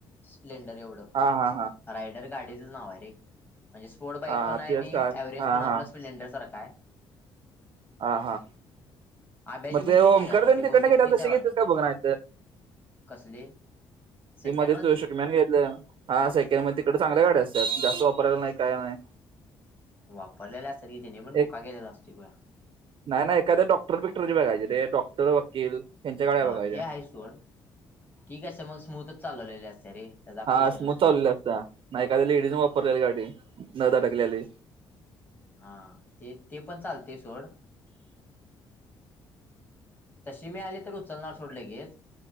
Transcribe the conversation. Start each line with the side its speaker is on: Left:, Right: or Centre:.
Left: स्प्लेंडर एवढं
Right: हा हा हा
Left: रायडर गाडीचं नाव आहे रे म्हणजे स्पोर्ट बाईक
Right: हा
Left: पण आहे
Right: तेच
Left: आणि
Right: का
Left: एवरेज
Right: हा
Left: पण आपलं
Right: हा
Left: स््लेंडर सारखा आहे.
Right: हा हा
Left: आब्याची
Right: मे
Left: पण तीच आहे का बहुतेक
Right: कर्द
Left: बहुतेक
Right: ते कड्कडेल
Left: तीच
Right: तर
Left: आहे
Right: शेगिततस
Left: वाटतं
Right: काय बघ नाय
Left: कसली सेकंड
Right: ते मध्येच
Left: मध्ये
Right: <unintelligible> घेतलं हा सेकंड म तिकडं चांगल्या गाड्या असतात जास्त वापरायला नाही काय नाही.
Left: वापरलेले असत की तिने पण
Right: एक
Left: बुक्का केलेला असत ग
Right: नाही नाही एखाद्या डॉक्टर बिकटरची बघायचे रे डॉक्टर, वकील यांच्या गाड्या
Left: हा
Right: बघायच्या
Left: ते आहे सोड ठीक आहे अस मग स्मूथच चालवलेले असते रे त्याचा काय
Right: हा
Left: विषय
Right: स्मूथ
Left: नसते
Right: चाललेले असता नाही एखाद्या लेडीजून वापरलेले गाडी नदा टकलेली
Left: हा ते ते पण चालते सोड तशी मी आली तर उचलणार सोडले गेच